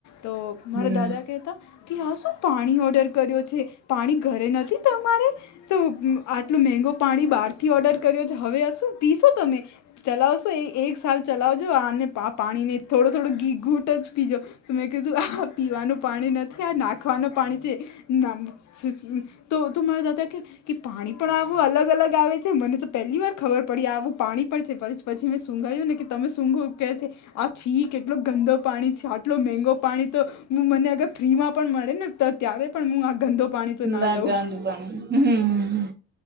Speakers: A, on the left; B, on the right.
A: તો મારા
B: હમ
A: દાદા કેતા કે આ શું પાણી ઓર્ડર કર્યો છે પાણી ઘરે નથી તમારે તો આટલું મેઘુ પાણી બહારથી ઓર્ડર કર્યો છે હવે શું પીશો તમે ચલાવશો? એ એક સાલ ચલાવજો અને પા પાણી થોડો થોડો ઘી ઘૂટ જ પીજો તો મેં કીધું આ પીવાનું પાણી નથી આ નાખવાનું પાણી છે તો તું મારા દાદા કે કે પાણી પણ આવું અલગ અલગ આવે છે મને તો પહેલી વાર ખબર પડી આવું પાણી પણ છે. પછી મેં શુંગાયુ ને કે તમે સુંઘો કે છે આ છી કેટલો ગંદો પાણી છે સ્વાદ એટલો મેંગો પાણી તો મને અગર ફ્રીમાં પણ મળે ને તો ત્યારે પણ હું આ ગંદો પાણી તો
B: ના
A: લઉં
B: ગાંધ પાણી હમ્મ.